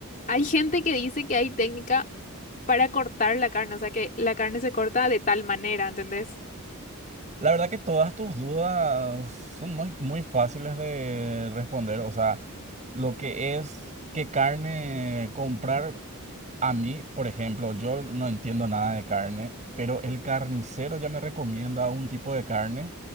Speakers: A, on the left; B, on the right.
A: hay gente que dice que hay técnica para cortar la carne, o sea que la carne se corta de tal manera, ¿entendés?
B: La verdad que todas tus dudas son muy, muy fáciles de responder. O sea, lo que es qué carne comprar, A mí, por ejemplo, yo no entiendo nada de carne, pero el carnicero ya me recomienda un tipo de carne